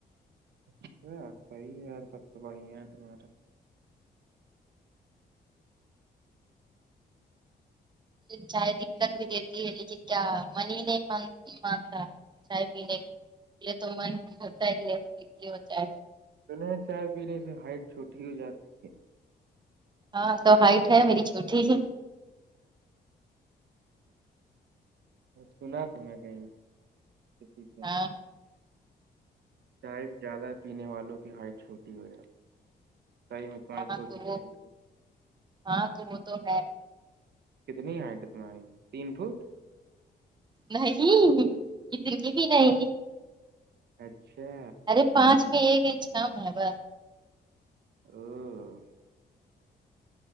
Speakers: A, on the right; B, on the right.
A: اچھا صحیح ہے یار تب تو بڑھیا ہے تمہارا
B: چاہے دقت بھی دیتی ہے لیکن کیا منی ہی نہیں م مانتا چائے پینےے تو من ہوتا ہی ہے کہ ہوتا ہے
A: تونہیں چائے پینے سے ہائٹ چھوٹی ہو جاتی
B: ہاں سو ہائٹ ہے میری چھوٹی ہی
A: سنا تھا میں کہیں اچ ٹھیک
B: ہاں
A: ہے چائے زیادہ پینے والوں کی ہائٹ چھوٹی ہو جاتی ہے صحیح میں تمہاری
B: ہاں
A: چھوٹی
B: تو وہ
A: ہائٹ ہو
B: ہاں تو وہ تو ہے
A: کتنی ہائٹ تمہاری تین فٹ
B: نہیں اتنی بھی نہیں
A: اچھا
B: ارے پانچ میں ایک انچ کم ہے ب
A: او